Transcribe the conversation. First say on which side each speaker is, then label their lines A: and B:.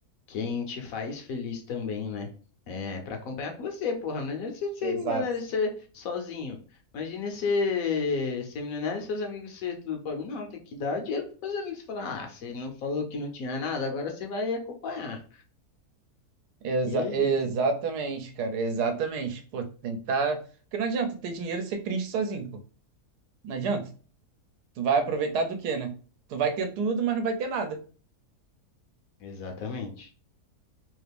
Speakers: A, on the left; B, on the right.
A: quem te faz feliz também, né? É, pra acompanhar com você, porra. Não adianta você ser
B: Exato.
A: milionário e ser sozinho. Imagina você ser milionário e seus amigos ser tudo pobre. Não, tem que dar dinheiro pros seus amigos falar, ah, você não falou que não tinha nada, agora você vai acompanhar.
B: Exa-
A: E é isso.
B: exatamente, cara, exatamente. Pô, tem que estar. Porque não adianta ter dinheiro e ser triste sozinho, pô. Não adianta. Tu vai aproveitar do quê, né? Tu vai ter tudo, mas não vai ter nada,
A: Exatamente.